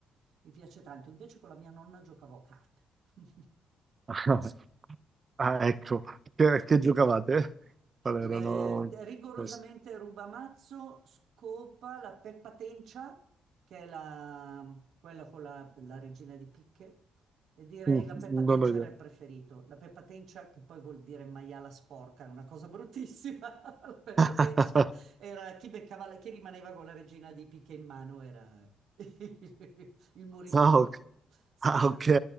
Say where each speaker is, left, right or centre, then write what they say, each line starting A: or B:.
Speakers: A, on the right; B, on the right.
A: mi piace tanto. Invece con la mia nonna giocavo a carte. <laughs>
B: <laughs> Ah, ecco, che, che giocavate? Qual erano
A: Eh, d- rigorosamente
B: questi?
A: Rubamazzo scopa la Peppa Tencia, che è la, quella con la, la regina di picche, e direi
B: Mm,
A: la Peppa Tencia
B: Non ho idea.
A: era il preferito. La Peppa Tencia, che poi vuol dire maiala sporca, è una cosa bruttissima. <laughs> La Peppa
B: <laughs>
A: Tencia era chi beccava, la- chi rimaneva con la regina di picche in mano era <laughs> il morituro.
B: Ah, ok.
A: Sì,
B: Ah,
A: sì.
B: ok.